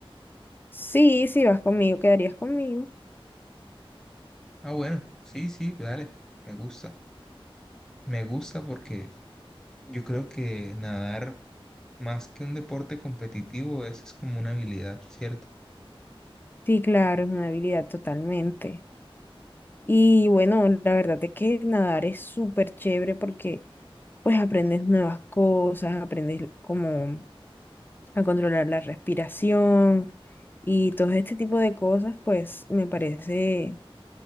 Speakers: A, on the left (about 20°); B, in the centre.
A: Sí, si vas conmigo, quedarías conmigo.
B: Ah, bueno, sí, sí, dale. Me gusta. Me gusta porque yo creo que nadar más que un deporte competitivo es, es como una habilidad, ¿cierto?
A: Sí, claro, es una habilidad totalmente. Y bueno, la verdad es que nadar es súper chévere porque pues aprendes nuevas cosas, aprendes como a controlar la respiración y todo este tipo de cosas, pues me parece